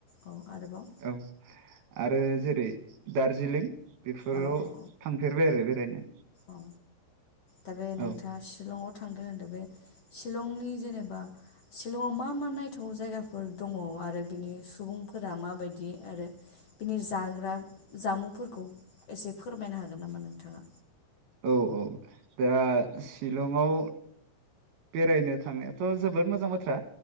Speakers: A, on the left; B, on the right.
A: औ आरोबाव
B: औ। आरो जेरै दार्जिलिं बेफोराव
A: औ औ
B: थांफेरबाय आरो बेरायनो।
A: औ दा बे नोंथाङा
B: औ
A: शिलं थांदों होनदों बे शिलंनि जेनेबा शिलंआव मा मा नायथाव जायगाफोर दङ आरो बिनि सुबुंफोरा माबायदि आरो बिनि जाग्रा जामुंफोरखौ एसे फोरमायनो हागोन नामा नोंथाङा।
B: औ औ दा शिलंआव बेरायनो थांनायाथ' जोबोद मोजां बाथ्रा।